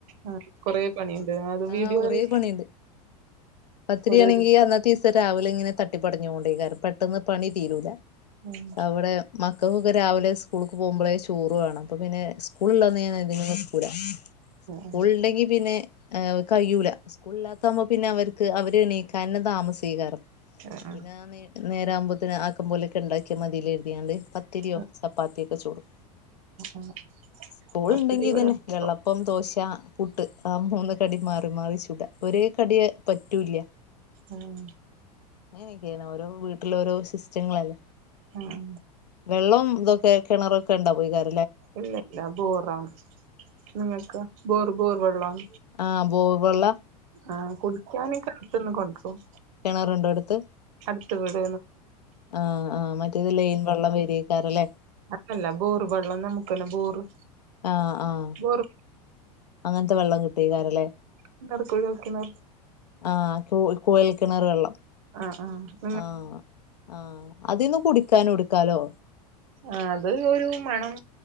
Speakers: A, on the right; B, on the left.
A: ആഹ് കൊറേ പണിയ്ണ്ട് അത്
B: ആഹ്
A: വീഡിയോകള്
B: കൊറേ പണിണ്ട് പത്തിരിയാണെങ്കി
A: ഓരോ
B: അന്നത്തെ രാവിലെ ഇങ്ങനെ തട്ടിപ്പടഞ്ഞോണ്ടെയ്ക്കാരം പെട്ടെന്ന് പണി തീരൂല
A: ഉം
B: അവിടെ മക്കക്കൊക്കെ രാവിലെ സ്കൂളിൽക്ക് പോകുമ്പളേ ചോറും വേണം അപ്പൊ പിന്നെ സ്കൂളില്ലന്ന് ഞാൻ അധികം കട്കൂല
A: ആഹ്
B: സ്കൂൾ ഇണ്ടങ്കി പിന്നെ ഏഹ് കയ്യൂല സ്കൂളില്ലാത്താവുമ്പോ പിന്നെ അവര്ക്ക് അവര് എണീക്കാ തന്നെ താമസെയ്ക്കാരം
A: ആഹ്
B: അപ്പൊ പിന്നെ ആ നേരാ ആവുമ്പോത്തിന് ആക്കം പോലൊക്കെ ഇണ്ടാക്കിയാ മതിലെ കര്തിയാണ്ട് പത്തിരിയോ,
A: ആഹ്
B: ചപ്പാത്തിയൊക്കെ, ചുടും
A: ആഹ്
B: സ്കൂള്
A: പത്തിരി
B: ഇണ്ടെങ്കി
A: ഇവിടെ
B: തന്നെ
A: വെക്കും
B: വെള്ളപ്പം ദോശ, പുട്ട്, ആ മൂന്ന് കടി മാറി മാറി ചുട ഒരേ കടി പറ്റൂല്ല്യ
A: ആഹ്
B: അങ്ങനെയെക്കെയാണ് ഓരോ വീട്ടില് ഓരോ സിസ്റ്റങ്ങളല്ലേ?
A: ആഹ്
B: വെള്ളം ഇതൊക്കെ കിണറൊക്കെ ഇണ്ടാവൊയ്കാരല്ലേ?
A: ഇല്ലല്ല ബോറാണ് നിങ്ങക്ക? ബോർ ബോർ വെള്ളം
B: ആഹ് ബോവെള്ള?
A: ആഹ് കുടിക്കാൻ കെണറ്റ്ന്ന് കൊണ്ടരും
B: കെണറുണ്ടോ എടുത്ത്?
A: അടുത്ത വീട്
B: ആഹ് ആഹ് മറ്റേത് ലൈൻ വെള്ളം വെരയ്ക്കാരല്ലേ?
A: അല്ലല്ല ബോറ് വെള്ളം നമുക്കെല്ലാം ബോറ്
B: ആഹ് ആഹ്
A: ബോറ്
B: അങ്ങനത്തെ വെള്ളം കിട്ടുവെയ്ക്കാരല്ലേ?
A: എന്താ ആടെ കുഴി കുഴിക്ക്ണെ?
B: ആഹ് കൊഴൽ കിണർ വെള്ളം
A: ആഹ് ആഹ്
B: ആഹ് ആഹ് അതീന്ന് കുടിക്കാനും എടുക്കാലോ?
A: ആഹ് അത് ഒരു മണം